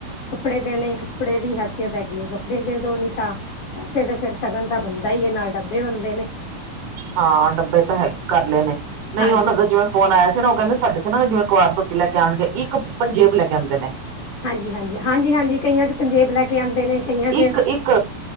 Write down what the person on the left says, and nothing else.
ਕੱਪੜੇ ਦੇਨੇ ਕੱਪੜੇ ਦੀ ਹੈਸੀਅਤ ਹੈਗੀ ਏ ਕੱਪੜੇ ਦੇ ਦੋ ਨਈ ਤਾਂ ਵੈਸੇ ਤਾਂ ਫਿਰ ਸ਼ਗਨ ਤਾਂ ਬਨਦਾ ਈ ਏ ਨਾਲ ਡੱਬੇ ਬਨਦੇ ਨੇ।
ਹਾਂਜੀ
ਹਾਂਜੀ-ਹਾਂਜੀ-ਹਾਂਜੀ-ਹਾਂਜੀ ਕਈਆਂ ਚ ਪੰਜੇਬ ਲੈ ਕੇ ਆਂਦੇ ਨੇ। ਕਈਆਂ
ਚ